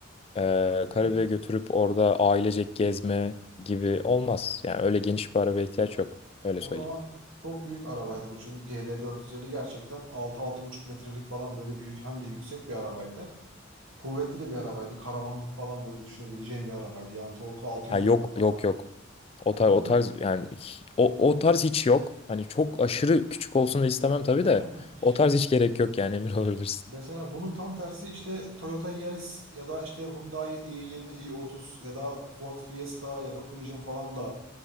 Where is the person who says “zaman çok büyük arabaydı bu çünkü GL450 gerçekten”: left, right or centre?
Right